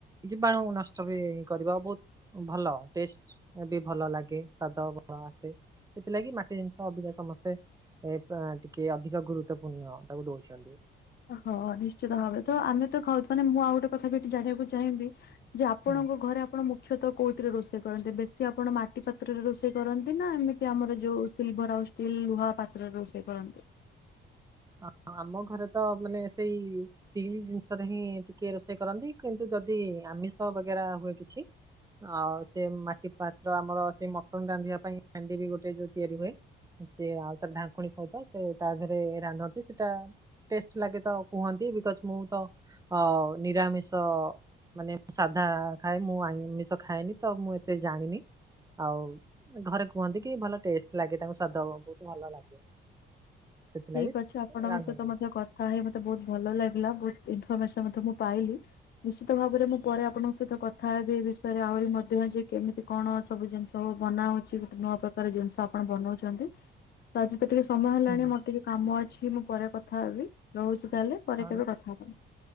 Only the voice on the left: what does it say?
ହଁ ନିଶ୍ଚିତ ଭାବେ ତ ଆମେ ତ ଖାଉଚୁ ମୁଁ ଆଉ ଗୋଟେ କଥା ବି ଏଠି ଜାଣିବାକୁ ଚାହିଁବି। ଯେ ଆପଣଙ୍କ
ଘରେ ଆ ଆପଣ ମୁଖ୍ୟତଃ କଉଥିରେ ରୋଷେଇ କରନ୍ତି, ବେଶୀ ଆପଣ ମାଟି ପାତ୍ରରେ ରୋଷେଇ କରନ୍ତି ନା ଏମିତି ଆମର ଯଉ ସିଲଭର ଆଉ ଟିଲ୍ ଲୁହା ପାତ୍ରରେ ରୋଷେଇ କରନ୍ତି।
ଠିକ ଅଛି ଆପଣଙ୍କ
ସହିତ ମଧ୍ୟ କ କଥା ହେଇ ମତେ ବୋହୁତ୍ ଭଲ ଲାଗିଲା ବୋହୁତ୍ ଇନଫରମେସନ ମୁଁ ପାଇଲି। ନିଶ୍ଚିତ ଭାବରେ ମୁଁ ପରେ ଆପଣଙ୍କ ସହିତ କଥା ହେବି ଏ ବିଷୟରେ ଆହୁରି ମଧ୍ୟ ଯେ କେମିତି କଣ ସବୁ ଜିନିଷ ବନା ହଉଛି ଗୋଟେ ନୂଆ ପ୍ରକାର ଜିନିଷ ଆପଣ ବନୋଉଛନ୍ତି। ତ ଆଜି ତ ଟିକେ ସମୟ ହେଲାଣି
ମୋର ଟିକେ କାମ ଅଛି ମୁଁ ପରେ କଥା ହେବି ରହୁଚି ତାହେଲେ। ପରେ
କେବେ କଥା ହବା।